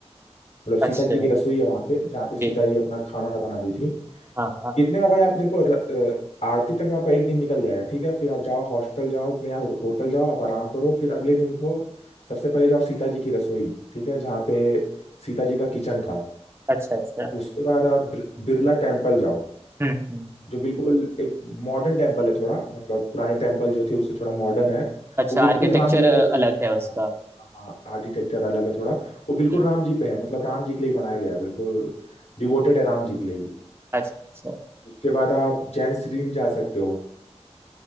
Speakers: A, on the left (about 75°); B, on the right (about 20°).
A: मतलब सीता
B: अच्छा
A: जी की रसोई है वहाँ पे जहाँ पे सीता
B: ठीक है
A: जी अपना खाना वाना बना दी थी
B: हाँ हाँ
A: इतने में भाई आप देखो र- अ, आरती तक में आपका एक दिन निकल जाएगा ठीक है फिर आप जाओ हॉस्टल जाओ अपने यहाँ होटल जाओ आप आराम करो फिर अगले दिन उठो सबसे पहले जाओ सीता जी की रसोई ठीक है जहाँ पे सीता जी का किचन था
B: अच्छा अच्छा
A: उसके बाद आप बिर- बिरला टेम्पल जाओ
B: हम्म हम्म
A: जो बिल्कुल एक मॉडर्न टेम्पल है थोड़ा मतलब पुराने टेम्पल जो थे उससे थोड़ा मॉडर्न है
B: अच्छा
A: वो बिल्कुल
B: आर्किटेक्चर
A: राम जी पे डिपेंड
B: अलग है उसका
A: हाँ हाँ आर्किटेक्चर अलग है थोड़ा वो बिल्कुल
B: हम्म,
A: राम जी पे है मतलब राम जी के लिए बनाया गया है बिल्कुल डिवोटेड है राम जी के लिए ही
B: अच्छा अच्छा
A: उसके बाद आप जैन श्रीन जा सकते हो